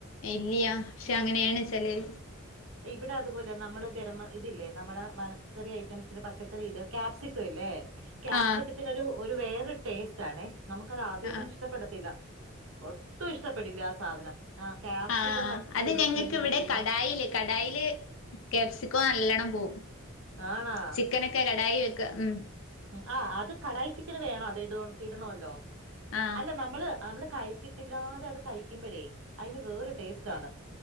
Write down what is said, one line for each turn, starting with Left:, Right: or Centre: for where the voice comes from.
Left: ഇല്ല്യാ ക്ഷേ അങ്ങനേണ് ചെലെര്
Right: ഇവിടെ അതുപോലെ നമ്മള് ഗരമ ഇതില്ലേ നമ്മട മലക്കറി ഐറ്റംസില് പച്ചക്കറിയില് ക്യാപ്‌സി ക്കാവില്ലേ? ക്യാപ്സിക്കത്തിനെരു
Left: ആ
Right: ഒരു വേറെ ടേസ്റ്റാണേ. നമുക്കതാദ്യന്നു
Left: ആ
Right: ഇഷ്ട ടപ്പെടത്തില്ല. ഒട്ടും ഇഷ്ടപ്പെടില്ല ആ സാധനം. ആഹ് ക്യാപ്സിക്കം
Left: ആ
Right: പച്ചന്റെ
Left: അത് ഞങ്ങക്ക്
Right: സ്മെല്ല്
Left: ഇവിടെ
Right: പറ്റില്ല.
Left: കടായില് കടായില് ക്യാപ്സിക്കോ നല്ലണം പൂവും
Right: ആണാ
Left: ചിക്കനൊക്ക ക്കെ കടായി വെക്കാ ഉം.
Right: ഉം ആഹ് അത് കടായിച്ചിക്കന് വേണം അത് ഇടോ ഇടണോല്ലോ.
Left: ആ
Right: അല്ല നമ്മള് നമ്മള് കഴിച്ചി ച്ചിട്ട്‌ല്ലാതെ അത് കഴിക്കുമ്പഴേ. അയിന് വേറെ ടേസ്റ്റാണ്.